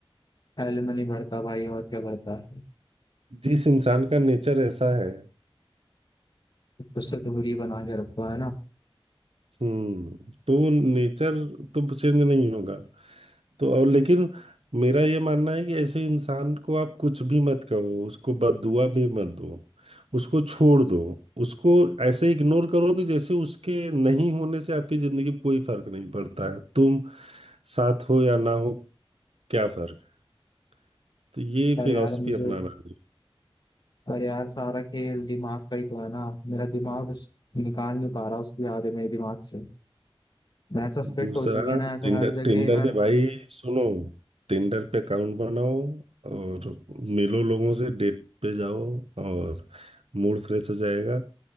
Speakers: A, on the left; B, on the right.
A: एलिमनी भरता भाई और क्या भरता
B: जिस इंसान का नेचर ऐसा है
A: उससे दूरी बना के रखो है ना
B: हम्म तो नेचर तो चेंज नहीं होगा तो और लेकिन मेरा ये मानना है कि ऐसे इंसान को आप कुछ भी मत कहो उसको बददुआ भी मत दो उसको छोड़ दो उसको ऐसे इग्नोर करो कि जैसे उसके नहीं होने से आपकी जिंदगी में कोई फर्क नहीं पड़ता है तुम साथ हो या ना हो क्या फर्क है तो ये
A: अरे
B: फिलॉसफी
A: यार मुझे
B: अपनाना चाहिए
A: पर यार सारा खेल दिमाग का ही तो है ना मेरा दिमाग उस निकाल नहीं पा रहा उसकी याद है मेरे दिमाग से मैं ऐसा फिट
B: दूसरा
A: हो चुकी है ना ऐसे
B: टिंडर
A: हर जगह
B: टिंडर
A: हर
B: पे
A: <laughs>
B: भाई सुनो टिंडर पे अकाउंट बनाओ और मिलो लोगों से डेट पे जाओ और मूड फ्रेश हो जाएगा